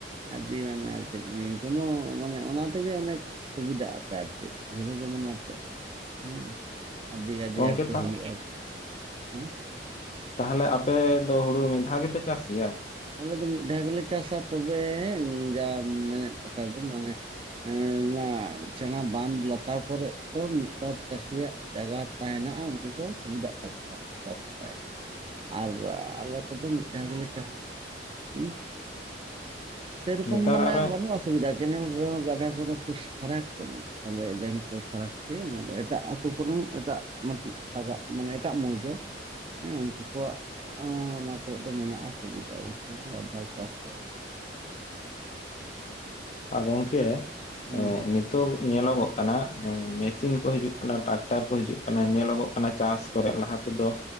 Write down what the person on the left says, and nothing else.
ᱜᱚᱝᱠᱮ
ᱛᱟ
ᱛᱟᱦᱞᱮ ᱟᱯᱮᱻ ᱫᱚ ᱦᱩᱲᱩ ᱢᱤᱫ ᱫᱷᱟᱣ ᱜᱮᱯᱮ ᱪᱟᱥ ᱜᱮᱭᱟ?
ᱱᱮᱛᱟᱨ
ᱟᱨᱚ
ᱟ ᱜᱚᱝᱠᱮ
ᱮ ᱱᱤᱛ ᱛᱚᱜ ᱧᱮᱞᱚᱜᱚᱜ ᱠᱟᱱᱟ ᱮ ᱢᱮᱥᱤᱱ ᱠᱚ ᱦᱤᱡᱩᱜ ᱠᱟᱱᱟ ᱴᱨᱟᱠᱴᱟᱨ ᱠᱚ ᱦᱤᱡᱩᱜ ᱠᱟᱱᱟ ᱧᱮᱞᱚᱜᱚᱜ ᱠᱟᱱᱟ ᱪᱟᱥ ᱠᱚᱨᱮ ᱞᱟᱦᱟ ᱛᱮᱫᱚ